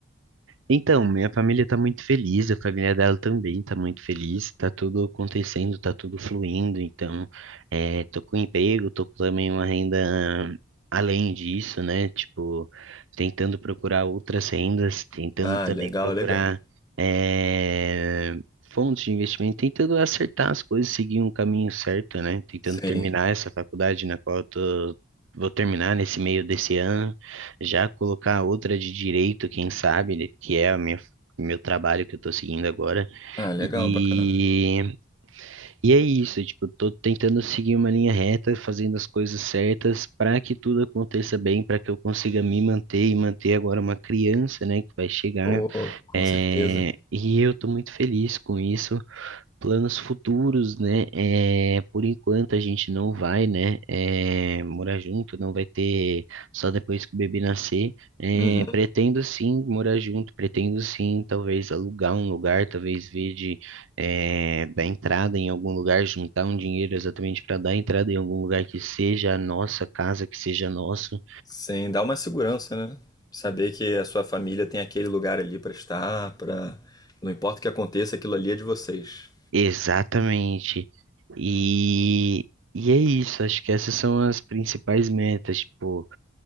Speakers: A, on the right; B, on the left.
A: Então, minha família tá muito feliz, a família dela também tá muito feliz, tá tudo acontecendo, tá tudo fluindo, então, é, tô com emprego, tô com também uma renda além disso, né? Tipo, tentando procurar outras rendas, tentando
B: Ah,
A: também
B: legal,
A: procurar,
B: legal.
A: é, fontes de investimento, tentando acertar as coisas, seguir um caminho certo, né? Tentando
B: Sim.
A: terminar essa faculdade na qual eu tô, vou terminar nesse meio desse ano. Já colocar outra de direito, quem sabe, né, que é a minha, meu trabalho que eu tô seguindo agora.
B: Ah, legal,
A: E,
B: bacana.
A: e é isso, tipo, tô tentando seguir uma linha reta, fazendo as coisas certas para que tudo aconteça bem, para que eu consiga me manter e manter agora uma criança, né, que vai chegar.
B: Pô, com
A: É,
B: certeza.
A: e eu tô muito feliz com isso. Planos futuros, né? É, por enquanto a gente não vai, né? é, morar junto, não vai ter só depois que o bebê nascer. É,
B: Uhum.
A: pretendo sim morar junto, pretendo sim, talvez alugar um lugar, talvez ver de é, dar entrada em algum lugar, juntar um dinheiro exatamente para dar entrada em algum lugar que seja a nossa casa, que seja nosso.
B: Sim, dá uma segurança, né? Saber que a sua família tem aquele lugar ali pra estar, pra. Não importa o que aconteça, aquilo ali é de vocês.
A: Exatamente. E, e é isso, acho que essas são as principais metas, tipo.